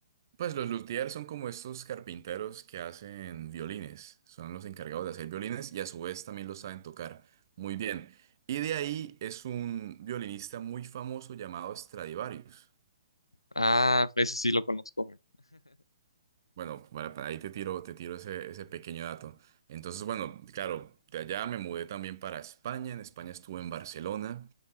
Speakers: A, on the right; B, on the left.
A: pues los luthiers son como estos carpinteros que hacen violines. Son los encargados de hacer violines y a su vez también los saben tocar muy bien. Y de ahí es un violinista muy famoso llamado Stradivarius.
B: Ah, ese sí lo conozco. güey.
A: Bueno, para, para ahí te tiro, te tiro ese, ese pequeño dato. Entonces, bueno, claro, de allá me mudé también para España. En España estuve en Barcelona.